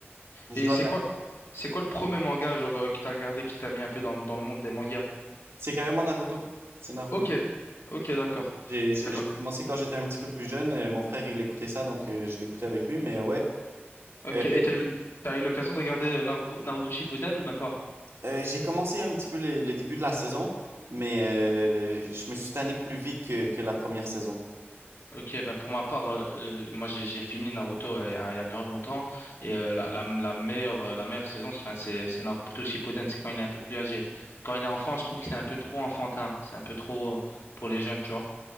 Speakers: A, on the right (about 75°); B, on the left (about 70°).
A: Je
B: Et
A: dois.
B: c'est
A: t'a-
B: quoi, c'est quoi le premier manga genre euh, que t'as regardé qui t'a mis un peu dans, dans le monde des mangas?
A: C'est carrément Naruto. C'est Naruto.
B: Ok, ok, d'accord,
A: J'ai j'ai-
B: d'accord.
A: j'ai commencé quand j'étais un petit peu plus jeune. Euh, Mon frère, il écoutait ça, donc euh, je l'écoutais avec lui. Mais ouais,
B: Ok.
A: Euh,
B: Et t'as eu, t'as eu l'occasion de regarder euh, Narubo- Naruto Shippuden ou même pas?
A: euh, j'ai commencé un petit peu le, le début de la saison, mais euh, je me suis tanné plus vite que, que la première saison.
B: Ok, ben pour ma part, euh, euh, moi j'ai j'ai fini Naruto euh, il y a, il y a grave longtemps et euh, la, la la meilleure euh, la meilleure saison, c'est- enfin c'est c'est Naruto Shippuden, c'est quand il est un peu plus âgé. Quand il est enfant, je trouve que c'est un peu trop enfantin, c'est un peu trop euh, pour les jeunes, tu vois.